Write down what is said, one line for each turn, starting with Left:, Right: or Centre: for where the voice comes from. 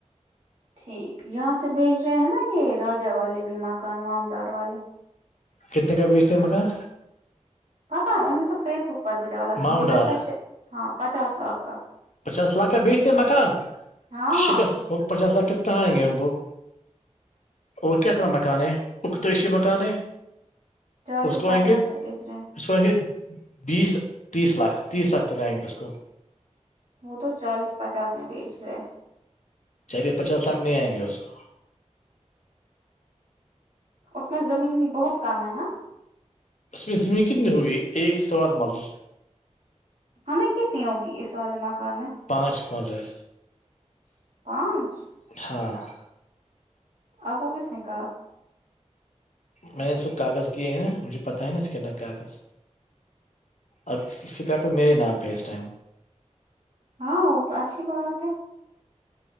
Right: ٹھیک یہاں سے بھیج رہے ہیں نا یہ راجا والے بھی مکان معام ڈار والے
Left: کتنے کا بیجتے مکان
Right: پتا ان نے تو فیس بک پر بھی ڈالا تھا
Left: ماؤنٹ
Right: مجھے
Left: آر
Right: لگتا ہے ہاں پچاس لاکھ کا
Left: پچاس لاکھ کا بیچتے مکان
Right: ہاں
Left: شکست وہ پچاس لاکھ ک کہاں آئیں گے ان کو اور کیاتنا مکان ہے اختریشی مکان ہے
Right: چالیس
Left: اس کو
Right: پچاس
Left: آئیں گے
Right: میں بیچ رہے ہیں
Left: اس کو آئیں گے بیس تیس لاکھ تک تیس لاکھ تک آئیں گے اس کو
Right: وہ تو چالیس پچاس میں بیچ رہے
Left: چلیے پچاس لاکھ نہیں آئیں گے اس کو
Right: اس میں زمین بھی بہت کم ہے نا
Left: اس میں زمین کتنی ہوگی ایک سوات ملوم
Right: ہمیں کتنی ہوگی اس والے مکان میں
Left: پانچ مانر
Right: پانچ
Left: ہاں <inaudible>
Right: آپ کوگ اس کاا
Left: میں نے اس کو کاغذ کیے ہیں نا مجھے پتاہ ہے نا اس کے اندر کاغذ اب ک سے کااقت میرے ناں پہ اس ٹائم
Right: ہاں وہ تو اھی بات ہے